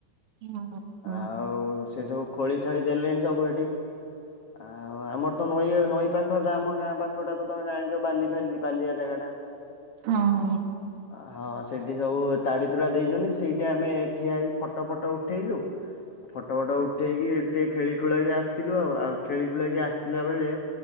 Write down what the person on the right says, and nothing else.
ହଁ। ହଁ
ହଁ ହଁ।